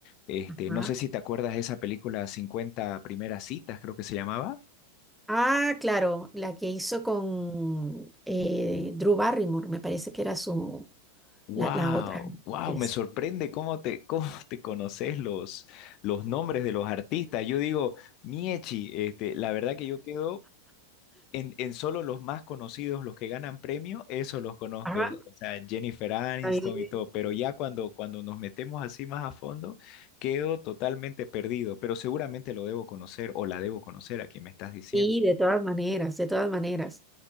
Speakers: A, on the left; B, in the centre.
A: Este,
B: ajá.
A: no sé si te acuerdas de esa película 50 primeras citas, creo que se llamaba.
B: Ah, claro, la que hizo con eh, Drew Barrymore, me parece que era su,
A: Wow,
B: la, la otra.
A: wow,
B: actriz.
A: me sorprende cómo te, <laughs> cómo te conoces los, los nombres de los artistas. Yo digo, Miechi, este, la verdad que yo quedo En, en solo los más conocidos, los que ganan premio, eso los conozco,
B: Ajá,
A: o sea, Jennifer Aniston
B: está bien.
A: y todo, pero ya cuando, cuando nos metemos así más a fondo, quedo totalmente perdido, pero seguramente lo debo conocer o la debo conocer a quien me estás diciendo.
B: Sí, de todas maneras, de todas maneras.